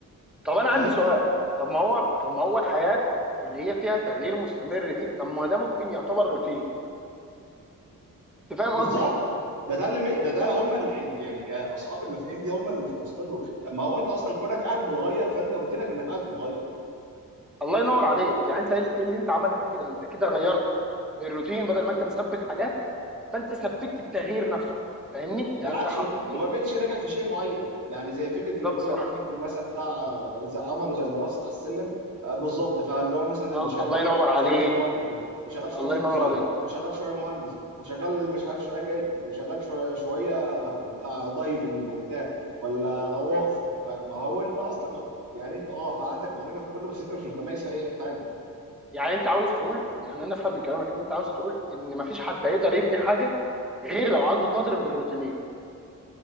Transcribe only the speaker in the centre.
طب انا
عندي سؤال طب ما هو طب ما هو الحياه اللي هي فيها تغيير مستمر دي طب ما ده ممكن يعتبر روتين انت فاهم
قصدي
الله ينور عليك يعني انت ايه اللي انت عملته كده انت كده غيرت الروتين بدل ما انت مثبت حاجات فانت ثبتت التغيير نفسه فاهمني
يعني انت حطيت
بالظبط
صح
ال-
الله ينور عليك
الله
ينور
عليك
يعني انت عاوز تقول يعني انا افهم من كلامك ان انت عاوز تقول ان مفيش حد هيقدر يبني حاجه غير لو عنده قدر من الروتينيه